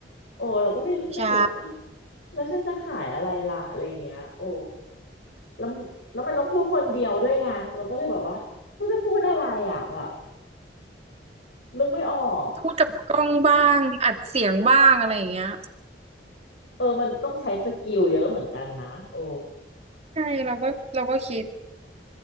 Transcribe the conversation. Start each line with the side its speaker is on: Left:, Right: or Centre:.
Left: โอ้เราก็ไม่ไม่รู้ว่าอ่ะ
Right: ใช่
Left: แล้วฉันจะขายอะไรล่ะอะไรอย่างเงี้ยโอ้แล้วแล้วมันต้องพูดคนเดียวด้วยไงเราก็เลยแบบว่าเราจะพูดอะไรอ่ะแบบนึกไม่ออก
Right: <laughs> พูดกับกล้องบ้างอัดเสียงบ้างอะไรอย่างเงี้ย
Left: เออมันต้องใช้สกิลเยอะเหมือนกันนะโอ้
Right: ใช่เราก็เราก็คิด